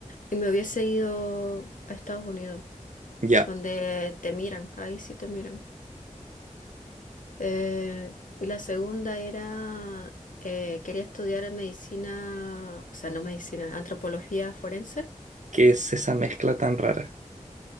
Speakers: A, on the left; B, on the right.
A: Y me hubiese ido a Estados Unidos,
B: Ya,
A: donde te miran, ahí sí te miran. Eh, y la segunda era, eh, quería estudiar medicina, o sea, no medicina, antropología forense.
B: ¿qué es esa mezcla tan rara?